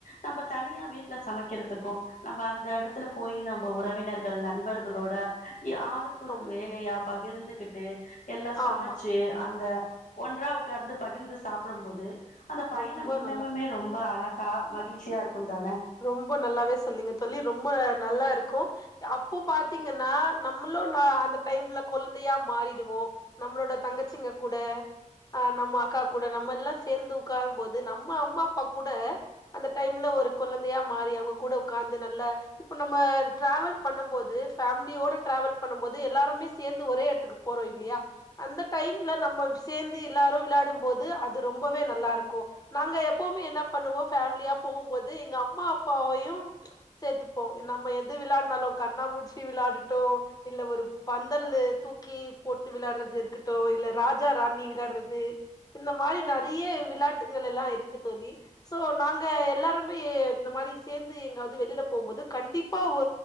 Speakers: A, on the left; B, on the left.
A: நம்ம தனியா வீட்ல சமைக்கிறதுக்கும் நம்ம அந்த இடத்துல போய் நம்ம உறவினர்கள் நண்பர்களோட ஆளுக்கு ஒரு
B: ஆமா
A: வேலையா பகிர்ந்துகிட்டு எல்லாம் சமைச்சு
B: ஆமா
A: அந்த ஒன்றா உட்கார்ந்து பகிர்ந்து சாப்டும் போது அந்த பயணம்
B: ரொம்ப
A: இன்னமுமே
B: நல்லா
A: ரொம்ப அழகா ஹ மகிழ்ச்சியா இருக்கு தானே
B: ரொம்ப நல்லாவே சொல்லீங்க தோழி ரொம்ப நல்லா இருக்கு கூ ய அப்போ பாத்தீங்கன்னா நம்மளு நா அந்த டைம்ல கொழ்ந்தையா மாறிடுவோ நம்ளோட தங்கச்சிங்க கூட அ நம்ம அக்கா கூட நம்ம எல்லா சேந்து உக்காரும் போது நம்ம அம்மா அப்பா கூட அந்த டைம்ல ஒரு குழந்தையா மாறி அவங்க கூட உக்காந்து நல்ல இப்ப நம்ம டிராவல் பண்ணும் போது ஃபேமிலியோட டிராவல் பண்ணும் போது எல்லாருமே சேந்து ஒரே எத்துக்கு போறோ இல்லையா அந்த டைம்ல நம்ம சேந்து எல்லாரும் விளாடும் போது அது ரொம்பவே நல்லா இருக்கூ நாங்க எப்பவுமே என்ன பண்ணுவோ ஃபேமிலியா போகும்போத் து எங்க அம்மா அப்பாவையு சேத்துப்போ நம்ம எது விளாட்னாலு கண்ணாமூச்சி விளாடட்டு இல்ல ஒரு பந்தல்லு தூக்கி போட்டு விளாட்றது இருக்குட்டூ இல்ல ராஜா ராணி விளாட்றது இந்த மாரி நறைய விளாட்டுக லெல்லா இருக்கு தோழி சோ நாங்க எல்லாரு மே இந்த மாரி சேந்து எங்காவது வெளில போம்போது கண்டிப்பா ஓ